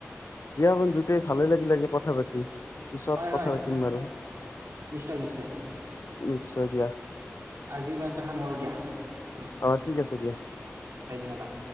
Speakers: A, on the left; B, on the right.
A: বিয়া বন্ধুতে ভালে লাগিল আজি কথা পাতি পিছত
B: হয় হয়
A: কথা পাতিম আৰু।
B: নিশ্চয় নিশ্চয়
A: নিশ্চয় দিয়া।
B: আজি ইমানতে সামৰো দিয়া। উম
A: অ', ঠিক আছে দিয়া।
B: ধন্যবাদ